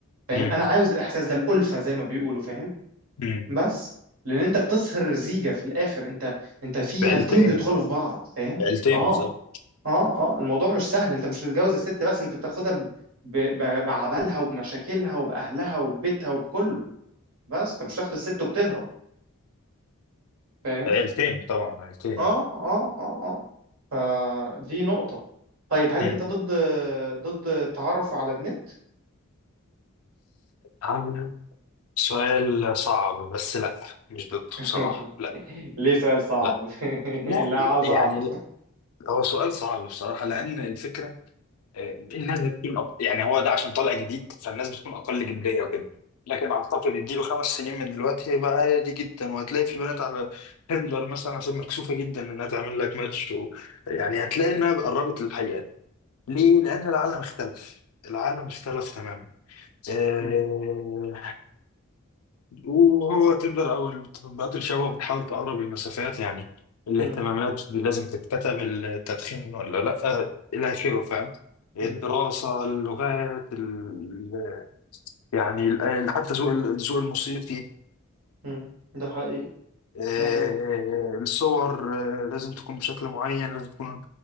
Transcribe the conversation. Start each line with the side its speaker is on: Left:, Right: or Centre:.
Right: فاهم
Left: مم.
Right: انا عاوز الاحساس ده الالفه زي ما بيقولوا فاهم
Left: مم.
Right: بس لان انت بتصهر زيجة في الاخر انت انت في
Left: بعيلتين
Right: عيلتين بيدخلوا في بعض فاهم
Left: عيلتين
Right: اه
Left: بالظبط
Right: اه اه الموضوع مش سهل انت مش بتتجوز الست بس انت بتاخدها ب... ب... ب- بعبالها وبمشاكلها وباهلها وببيتها وبكله بس انت مش تاخد الست وبتهرب فاهم
Left: عيلتين طبعا عيلتين
Right: اه اه اه اه فدي نقطة طيب هل
Left: مم.
Right: انت ضد ضد التعرف على النت
Left: عم، سؤال صعب بس لا مش ضده
Right: <laughs>
Left: بصراحة لا
Right: ليه سؤال صعب
Left: لا لا
Right: <laughs> لا
Left: لا،
Right: عاوز
Left: يعني
Right: اعرف
Left: لا. هو سؤال صعب بصراحة لأن الفكرة آه، الناس بتكون أق... يعني هو ده عشان طالع جديد فالناس بتكون أقل جدية وكده لكن أعتقد اديله خمس سنين من دلوقتي هيبقى عادي جدا وهتلاقي في بنات على تندر مثلا عشان مكسوفة جدا إنها تعمل لك ماتش و... يعني هتلاقي إنها قربت للحقيقة ليه؟ لأن العالم اختلف العالم اختلف تماما آه،
Right: <laughs>
Left: وهو تندر أو التطبيقات الشباب بتحاول تقرب المسافات يعني الاهتمامات
Right: مم.
Left: لازم تتكتب التدخين ولا لأ إلى آخره فاهم الدراسة
Right: مم.
Left: اللغات ال... يعني ال- حتى ذوق الذوق الموسيقي
Right: مم. ده حقيقي
Left: آه،
Right: ده حقيقي
Left: الصور آه، لازم تكون بشكل معين لازم تكون